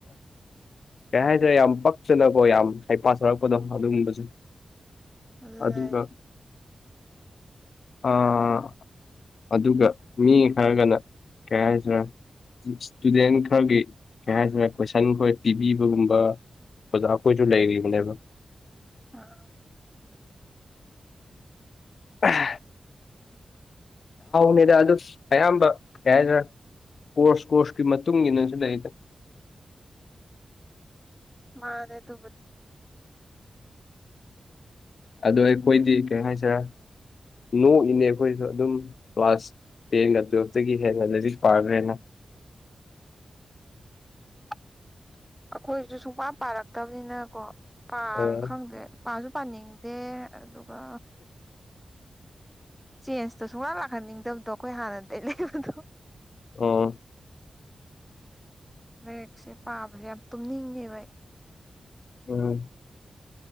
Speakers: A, on the left; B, in the centre.
A: ꯀꯩ ꯍꯥꯏꯇꯥꯔꯦ ꯌꯥꯝ ꯄ ꯅꯀꯣ ꯌꯥꯝ ꯍ ꯄꯊꯔꯛꯄꯗꯣ ꯑꯗꯨꯒꯨꯝꯕꯁꯦ
B: ꯑꯗꯨ
A: ꯑꯗꯨꯒ
B: ꯍꯥꯏꯦ
A: ꯑꯥ ꯑꯗꯨꯒ ꯃꯤ ꯈꯔꯒꯅ ꯀꯩ ꯍꯥꯏꯁꯤꯔ ꯏꯁꯇꯨꯗꯦꯟ ꯈꯔꯒꯤ ꯀꯩ ꯍꯥꯏꯇꯥꯔꯦ ꯀꯣꯏꯁꯟ ꯈꯣꯏ ꯄꯤꯕꯤꯕꯒꯨꯝꯕ ꯑꯣꯖꯥꯈꯣꯏꯁꯨ ꯂꯩꯒ ꯃꯅꯦꯕ
B: ꯑ
A: ꯑ ꯅꯤꯗ ꯑꯗꯨ ꯑꯌꯥꯝꯕ ꯀꯗ꯭ꯔꯥ ꯀꯣꯔꯁ ꯀꯣꯔꯁꯀꯤ ꯃꯇꯨꯡ ꯏꯟꯅꯁꯨ ꯂꯩꯗ
B: ꯃꯥꯅꯦꯦ ꯗꯦ
A: ꯑꯗꯣ ꯑꯩꯈꯣꯏꯗꯤ ꯀꯩ ꯍꯥꯏꯁꯔꯦ ꯅꯣꯛꯏꯅꯦ ꯑꯩꯈꯣꯏꯁꯨ ꯑꯗꯨꯝ ꯀ꯭ꯂꯥꯁ ꯄ ꯉꯗꯛꯇꯒꯤ ꯍꯦ ꯑꯗꯨꯗꯤꯁꯨ ꯄꯥꯔꯔꯦꯅ
B: <inaudible> ꯑꯩꯈꯣꯏꯁꯨ ꯁꯨꯡꯄꯥ ꯄꯥꯔꯛꯇꯕꯅꯤꯅ ꯀꯣ ꯄꯥ
A: ꯑꯥ
B: ꯈꯪꯗꯦ ꯄꯥꯁꯨ ꯄꯥꯅꯤꯡꯗꯦ ꯑꯗꯨꯒ ꯆꯦꯟꯖꯇꯣ ꯁꯨꯡꯂꯥꯛ ꯂꯥꯛꯍꯟꯅꯤꯡꯗꯕꯗꯣ ꯑꯩꯈꯣꯏ ꯍꯥꯟꯅꯗꯒꯤꯩ ꯂꯩꯕꯗꯣ
A: ꯑꯣ
B: ꯔꯦꯛꯁꯦ ꯄꯥꯕꯁꯦ ꯌꯥꯝ ꯇꯨꯝꯅꯤꯡꯉꯦ ꯚꯥꯏ
A: ꯑꯝ